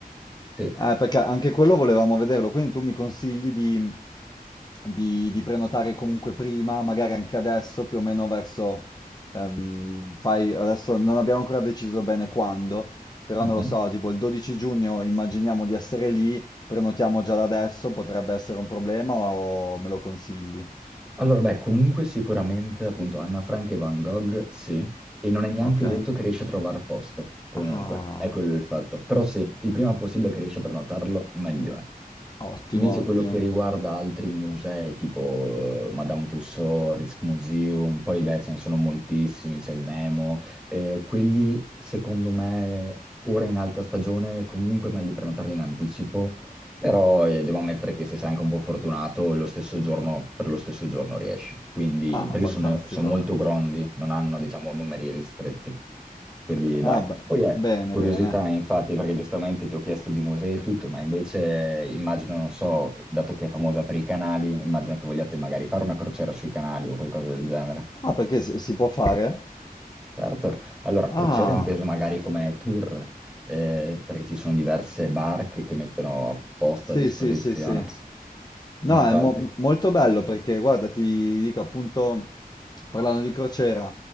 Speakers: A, in the centre; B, on the left.
A: Sì.
B: Eh, perché anche quello volevamo vederlo, quindi tu mi consigli di, di- di prenotare comunque prima, magari anche adesso, più o meno verso, ehm, fai, adesso non abbiamo ancora deciso bene quando, però
A: Mhm.
B: non lo so, tipo il 12 giugno immaginiamo di essere lì, prenotiamo già da adesso, potrebbe essere un problema o me lo consigli?
A: Allora, beh, comunque sicuramente appunto Anna Frank e Van Gogh, sì, e non è neanche
B: Ok.
A: detto che riesci a trovare posto, comunque,
B: Ah,
A: è quello il fatto. Però sì, il prima possibile che riesci a prenotarlo, meglio è.
B: ottimo,
A: Invece
B: ottimo.
A: quello che riguarda altri musei, tipo eh, Madame Tussauds, Rijksmuseum, poi beh, ce ne sono moltissimi, c'è il Nemo, eh, quelli secondo me ora in alta stagione comunque è meglio prenotarli in anticipo però eh, devo ammettere che se sei anche un po' fortunato, lo stesso giorno, per lo stesso giorno riesci. Quindi,
B: Ah,
A: perché
B: fantastico.
A: sono, sono molto grondi, non hanno, diciamo, numeri ristretti. Quindi,
B: Ah,
A: dai.
B: beh,
A: Poi è
B: bene,
A: curiosità,
B: bene.
A: infatti, perché giustamente ti ho chiesto di musei e tutto, ma invece eh, immagino, non so, dato che è famosa per i canali, immagino che vogliate magari fare una crociera sui canali o qualcosa del genere.
B: Ah, perché si, si può fare?
A: Certo, allora
B: Ah.
A: crociera inteso magari come tour, eh, perché ci sono diverse barche che mettono apposta
B: Sì,
A: a disposizione.
B: sì, sì, sì. No,
A: Infatti,
B: è mo- molto bello perché, guarda, ti dico appunto, parlando di crociera,